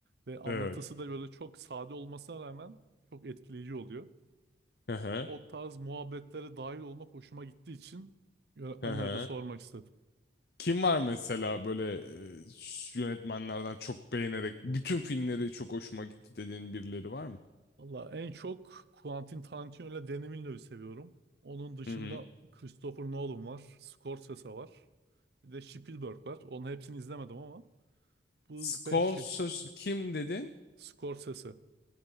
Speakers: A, on the right (about 65°); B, on the left (about 60°).
A: Ve anlatısı
B: evet.
A: da böyle çok sade olmasına rağmen çok etkileyici oluyor.
B: Hı hı,
A: O tarz muhabbetlere dahil olmak hoşuma gittiği için yönetmenlere
B: hı hı.
A: de sormak istedim.
B: Kim var mesela böyle e, yönetmenlerden çok beğenerek bütün filmleri çok hoşuma gitti dediğin birileri var mı?
A: Valla en çok Quentin Tarantino ile Danny Villeneuve'ü seviyorum. Onun dışında
B: Hı hı.
A: Christopher Nolan var, Scorsese var. Bir de Spielberg var. Onun hepsini izlemedim ama bu
B: Scorsese
A: beşi.
B: kim dedin?
A: Scorsese.